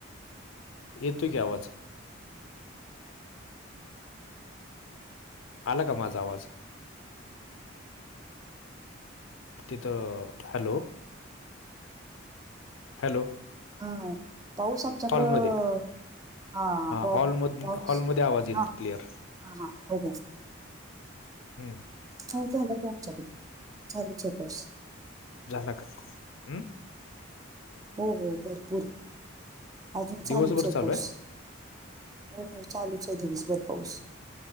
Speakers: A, on the left (about 75°); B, on the right (about 15°).
A: येतोय की आवाज. आला का माझा आवाज? तिथं, हॅलो हॅलो
B: हा. पाऊस आच्याकडं.
A: हॉलमध्ये
B: हा पा
A: हॉलमध
B: पाऊस
A: हॉलमध्ये आवाज येईल
B: हा
A: क्लिअर
B: हा हा हो
A: हम्म
B: हो झालं त्या चालू चालूच होतस.
A: झाला <unintelligible> उम्म.
B: हो हो भरपूर अजून चालूच
A: दिवसभर
B: आहे
A: चालू
B: पाऊस. हो हो चालूच आहे दिवसभर पाऊस.